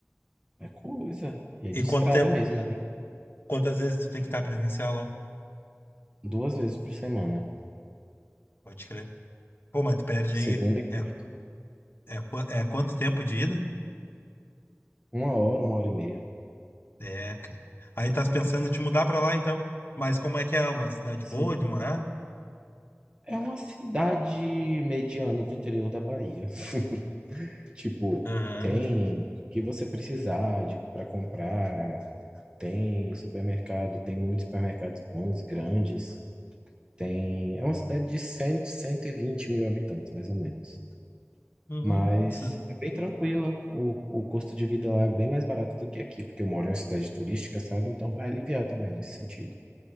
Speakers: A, on the right (about 20°); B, on the left (about 50°).
A: É coisa. E é de
B: E
A: estrada
B: quanto tempo,
A: mesmo, né?
B: quantas vezes tu tem que estar presencial lá?
A: Duas vezes por semana.
B: Pode crer. Pô, mas tu perde
A: Segunda
B: aí.
A: e quarta.
B: É, é, qua- é quanto tempo de ida?
A: Uma hora, uma hora e meia.
B: É, cara. Aí tá pensando em te mudar pra lá, então. Mas como é que é? Uma cidade
A: Sim.
B: boa de morar?
A: É uma cidade mediana do interior da Bahia. <laughs> Tipo,
B: Aham.
A: tem o que você precisar de para comprar, tem supermercado, tem muitos supermercados bons, grandes. Tem, é uma cidade de cem, cento e vinte mil habitantes, mais ou menos.
B: Uhum.
A: Mas
B: Isso-
A: é bem tranquila. O, o custo de vida lá é bem mais barato do que aqui, porque eu moro em uma cidade turística, sabe? Então vai aliviar também nesse sentido.